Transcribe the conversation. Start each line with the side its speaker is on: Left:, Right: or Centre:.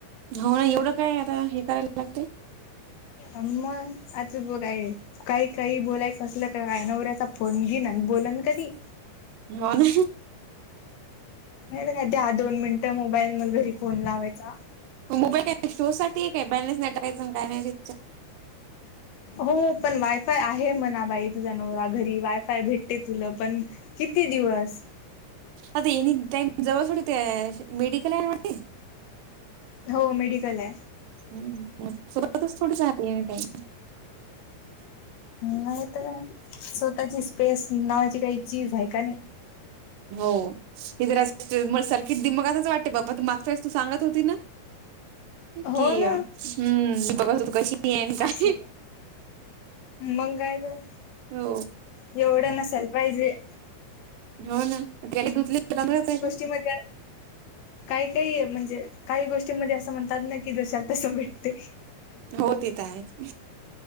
Right: हो ना एवढं काय आता हे करायला लागते
Left: अ्म मग आता बघय आई काही काही बोलायच असलं. काय नवऱ्याचचा फोन घे ना बोलन कधी
Right: हो ना
Left: नाही तर काय द्या दोन मिनिटं मोबाईल मला घरी फोन लावायचा.
Right: मोबाईल का शो साठी एक काय बॅलेन्स टाकायच काय नाही
Left: हो पण वायफाय आहे म्हणा बाई तुझ्या नवरा घरी वायफाय भेटते तुला पण किती दिवस
Right: आता ऐणी टायम जवळ सोडते मेडिकल आहेन वाटते
Left: हो मेडिकल आहे
Right: हम् सुरुवातच थोडी जात येणे टाईम
Left: नाही तर काय स्वतःची स्पेस नावाची काही चीज आहे का नाही.
Right: हो हि जरा म सारखी मग असंच वाटते बाबा तू मागच्या वेळेस तू सांगत होती ना
Left: हो
Right: कि
Left: ना
Right: या हम्म <unintelligible> काय
Left: आसल मंग काय तर
Right: हो
Left: येवढं नसायला पाहिजे.
Right: हो ना त्यान <unintelligible>
Left: हि मजा <inaudible> काही काही म्हणजे काही गोष्टीमध्ये असं म्हणतात ना की जशाला तसं भेटते.
Right: हो ते येत आहेत